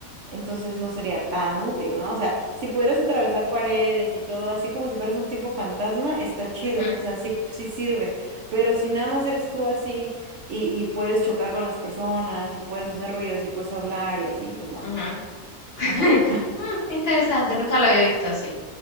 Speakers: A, on the right; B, on the left.
A: entonces no sería tan útil, ¿no? O sea, si pudieras atravesar paredes y todo, así como si fueras un tipo fantasma, está chido,
B: ujú,
A: o sea, sí, sí sirve, pero si nada más eres tú así y, y puedes chocar con las personas y puedes hacer ruidos y puedes hablar y así, pues no.
B: ujú. <laughs>
A: Ajá.
B: Mm, interesante, nunca lo había visto así.